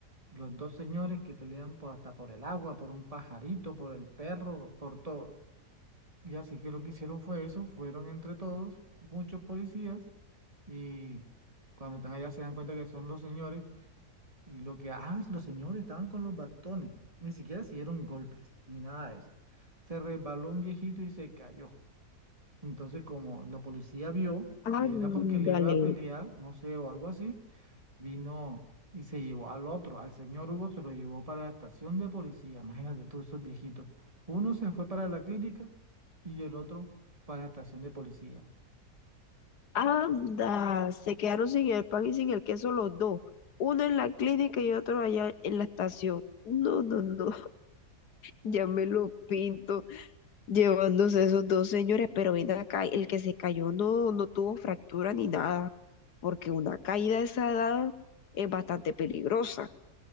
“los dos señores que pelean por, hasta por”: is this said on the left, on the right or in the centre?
Right